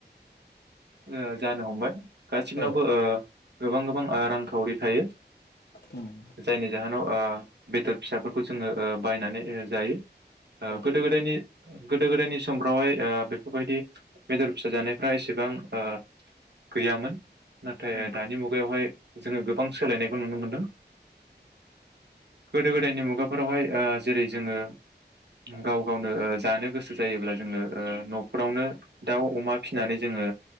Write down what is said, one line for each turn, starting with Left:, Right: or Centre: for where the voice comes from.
Right: <inaudible> ओ जानो हमबाय गासिनावबो
Left: औ
Right: ओ गोबां गोबां रांखावरि थायो
Left: उम
Right: जायनि जाहोनाव ओ बेदर फिसाफोरखौ जोङो ओ बायनानै जायो। ओ
Left: औ
Right: गोदो गोदायनि गोदो गोदायनि समफ्रावहाय ओ बेफोरबायदि बेदर फिसा जानायफ्रा एसेबां ओ गैयामोन। नाथाय
Left: उम
Right: दानि मुगायावहाय जोङो गोबां सोलायनायखौ नुनो मोनदों गोदो गोदायनि मुगाफोरावहाय ओ जेरै जोङो गाव गावनो ओ जानो गोसो जायोब्ला जोङो ओ न' फोरावनो दाउ अमा फिसिनानै जोङो